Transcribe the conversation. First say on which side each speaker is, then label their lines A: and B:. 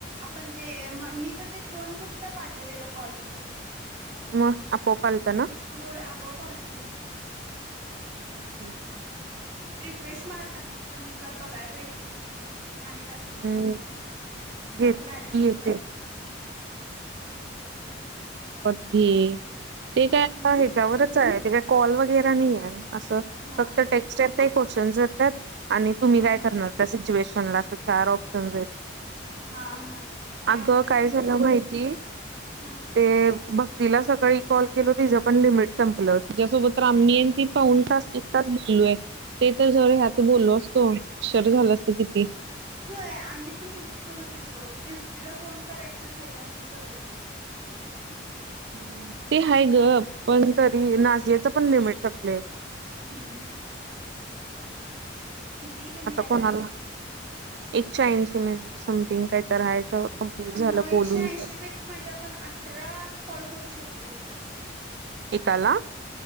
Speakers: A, on the right; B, on the right.
A: आपण. ते मी तर ते फोनच कुठे पाठवलेलं कॉलचं.
B: मग आपोआप आलत ना.
A: होय आपोआप आलत.
B: हम्म. हम्म. हम्.
A: रीफ्रेश मारल्या नंतर का बघाय पाहिजे. आणि टास्क येतात
B: हम्म
A: का. म माझं
B: येते
A: बॅलन्स
B: की
A: सपणार
B: येते
A: आहे उद्या. हम् <unintelligible>
B: ही. ते काय
A: हम्म
B: ह्याच्यावरच आहे. ते काय कॉल वगैरे नाही आहे असं
A: हा
B: फक्त टेक्स्ट टाइप का क्वेश्चन् येतात. आणि तुम्ही
A: हा
B: काय करणार त्या सिच्युएशनला अस चार ऑप्शन्स आहेत.
A: हा हा ते
B: अगं
A: अगोदर
B: काय
A: पण
B: झालं
A: तसच
B: माहिती.
A: होत हा
B: भाईनीला सकाळी कॉल किलो तिज पण लिमिट संपल. तिच्या सोबत. मी आणि ती पाऊण तास. एक तास बोललोय. ते तर जर ह्यात बोललो असतो. उशीर झाला असत किती. <inaudible>
A: होय आम्ही पण तसच करत होतो. सृष्टीला फोन करायच ह्याच्यावरून करत होतो.
B: ते हाय ग पण तरी नाझियाचा. पण लिमिट सपलय.
A: हम्म किती लिमिट
B: आता
A: आहे
B: कोणाला
A: काय माहिती
B: एकशे ऐंशी मिनिट समथिंग. काही तर हाय तर कंप्लीट झालं
A: मग
B: बोलून
A: एकशे ऐंशी
B: पण
A: मिनिट म्हणजे आपण अठरा कॉल करू शकतोय.
B: एकाला.